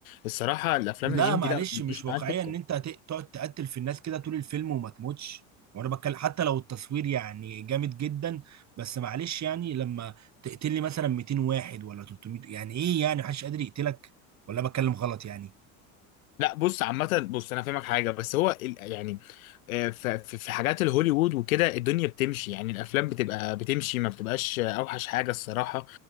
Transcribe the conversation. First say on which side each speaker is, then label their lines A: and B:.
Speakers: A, on the left (about 85°); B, on the right (about 40°).
A: الصراحة الافلام
B: لا
A: الهندي
B: معلش
A: لا ما
B: مش
A: بتجيش
B: واقعية
A: معايا سكة
B: ان انت هت- تقعد تقتل في الناس كده طول الفيلم وما تموتش وانا بتكلم حتى لو التصوير يعني جامد جدا بس معلش يعني لما تقتل لي مثلا 200 واحد ولا 300 يعني ايه يعني محدش قادر يقتلك ولا بتكلم غلط يعني
A: لا بص عامة بص انا فاهمك حاجة بس هو ال- يعني آه، ف- ف- في حاجات الهوليوود وكده الدنيا بتمشي يعني الافلام بتبقى بتمشي ما بتبقاش اوحش حاجة الصراحة